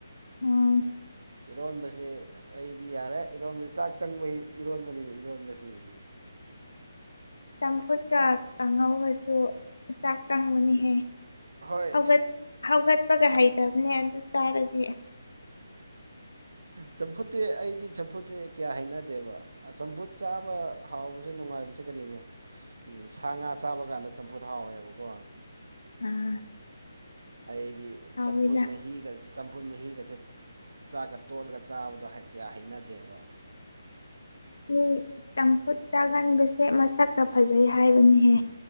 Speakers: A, on the left; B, on the right.
A: ꯎꯝ
B: ꯏꯔꯣꯟꯕꯁꯦ ꯑꯁ ꯑꯩꯗꯤ ꯌꯥꯔꯦ ꯏꯔꯣꯟꯕꯕꯁꯤ ꯆꯥꯛ ꯆꯪꯕ ꯏꯔꯣꯟꯕꯅꯤꯅ ꯏꯔꯣꯟꯕꯁꯤꯗꯤ
A: ꯆꯝꯐꯨꯠꯀ ꯀꯥꯡꯍꯧꯒꯁꯨ ꯆꯥꯛ ꯀꯪꯕꯅꯤꯍꯦ꯫
B: ꯍꯣꯏ
A: ꯍꯧꯒꯠ ꯍꯧꯒꯠꯄꯒ ꯍꯩꯇꯕꯅꯦ ꯑꯗꯨ ꯇꯥꯔꯗꯤ
B: ꯆꯝꯐꯨꯠꯇꯤ ꯑꯩꯗꯤ ꯆꯝꯐꯨꯠꯁꯦ ꯀꯌꯥ ꯍꯩꯅꯗꯦꯕ ꯆꯝꯐꯨꯠ ꯆꯥꯕ ꯍꯥꯎꯕꯁꯦ ꯅꯨꯡꯉꯥꯏꯕꯁꯦ ꯀꯔꯤꯅꯦ ꯎ ꯁꯥ ꯉꯥ ꯆꯥꯕ ꯀꯥꯟꯗ ꯆꯝꯐꯨꯠ ꯍꯥꯎꯋꯦꯕꯀꯣ
A: ꯎꯝ
B: ꯑꯩꯗꯤ
A: ꯍꯥꯎꯋꯤꯗ
B: ꯆꯝꯐꯨꯠ ꯃꯍꯤꯒ ꯆꯝꯐꯨꯠ ꯃꯍꯤꯒꯁꯦ ꯆꯥꯛꯀ ꯇꯣꯠꯂꯒ ꯆꯥꯕꯗꯣ ꯀꯌꯥ ꯍꯩꯅꯗꯦꯕ
A: ꯃꯤ ꯆꯝꯐꯨꯠ ꯆꯥꯒꯟꯕꯁꯦ ꯃꯁꯛꯀ ꯐꯖꯩ ꯍꯥꯏꯕꯅꯤꯍꯦ